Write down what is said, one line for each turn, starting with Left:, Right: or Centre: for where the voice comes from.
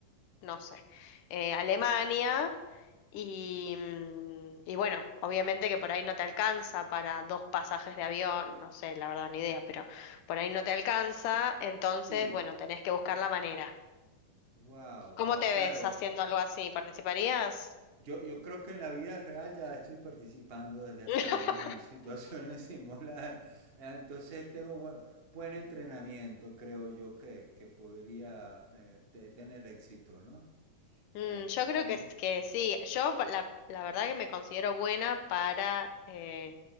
Left: no sé, eh, Alemania y, mm, y bueno, obviamente que por ahí no te alcanza para dos pasajes de avión, no sé, la verdad ni idea, pero por ahí no te alcanza, entonces
Right: Sí,
Left: bueno, tenés que buscar la manera.
Right: wow, wow,
Left: ¿Cómo te
Right: claro.
Left: ves haciendo algo así? ¿Participarías?
Right: Yo, yo creo que en la vida real ya estoy participando desde hace
Left: <laughs>
Right: años en situaciones <laughs> similares. Entonces tengo buen, buen entrenamiento, creo yo, que, que podría eh, te- tener éxito, ¿no?
Left: Mm,
Right: En,
Left: yo creo
Right: en
Left: que,
Right: es...
Left: es- que sí. Yo pa- la, la verdad que me considero buena para, eh,